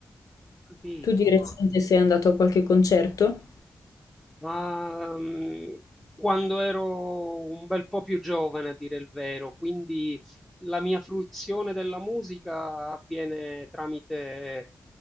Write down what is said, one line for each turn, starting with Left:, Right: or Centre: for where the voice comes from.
Centre: ho capito.
Left: Tu di recente sei andato a qualche concerto?
Centre: Ma, mhmm, quando ero un bel po' più giovane a dire il vero, quindi la mia fruizione della musica avviene tramite